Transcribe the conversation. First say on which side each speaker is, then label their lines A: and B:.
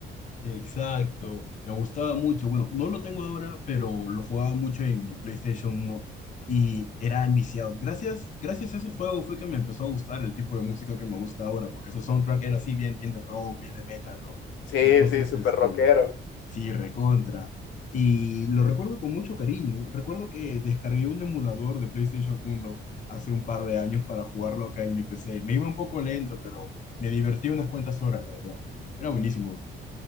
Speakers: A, on the left (about 40°); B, on the left (about 75°).
A: Exacto, me gustaba mucho. Bueno, no lo tengo ahora, pero lo jugaba mucho en mi PlayStation uno y era enviciado. Gracias, gracias a ese juego fue que me empezó a gustar el tipo de música que me gusta ahora, porque su soundtrack era así bien, bien de rock, bien de metal, ¿no?
B: Sí,
A: Entonces,
B: sí, súper
A: este,
B: rockero.
A: sí, recontra. Y lo recuerdo con mucho cariño. Recuerdo que descargué un emulador de PlayStation uno hace un par de años para jugarlo acá en mi PC. Me iba un poco lento, pero me divertí unas cuantas horas, la verdad. Era buenísimo.